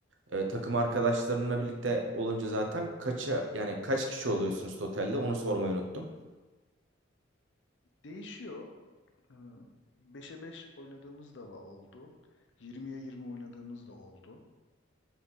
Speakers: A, on the right (about 80°); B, on the left (about 70°).
A: E, takım arkadaşlarınla birlikte olunca zaten kaça yani kaç kişi oluyorsunuz totalde onu sormayı unuttum.
B: değişiyor. Ee, 5'e 5 oynadığımız da va- oldu. yirmiye yirmi oynadığımız da oldu.